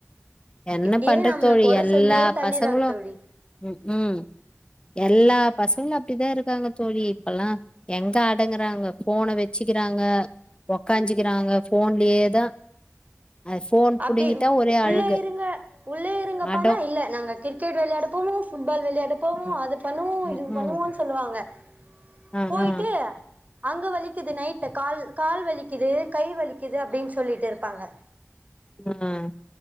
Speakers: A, on the left; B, on the right.
A: என்ன
B: இப்டியே
A: பண்ற
B: நம்மள
A: தோழி
B: கொற
A: எல்லா
B: சொல்லியே தள்ளிறாங்க
A: பசங்களும்
B: தோழி
A: ம்ஹும் எல்லா பசங்களும் அப்டிதான் இருக்காங்க தோழி இப்பல்லாம் எங்க அடங்குறாங்க போன வெச்சுக்கிறாங்க உக்காஞ்சுக்கிறாங்க போன்லேயே த அது ஃபோன்
B: அப்டி
A: புடிங்கிட்டா ஒரே அழுகு
B: உள்ள உள்ளேயேருங்கப்பானா
A: அடோ
B: இல்ல நாங்க கிரிக்கெட் விளையாட போனோ ஃபுட்பால் விளையாட இப்பவும்
A: ம்
B: அது பண்ணுவோம்
A: ம்
B: இது
A: ம்
B: பண்ணுவோன் சொல்லுவாங்க
A: ஆ
B: ங்க போயிட்டு
A: ஆ
B: அங்க வலிக்குது நைட்ல கால் கால் வலிக்குது கை வலிக்குது அப்டின்னு சொல்லிட்டுருப்பாங்க
A: உம்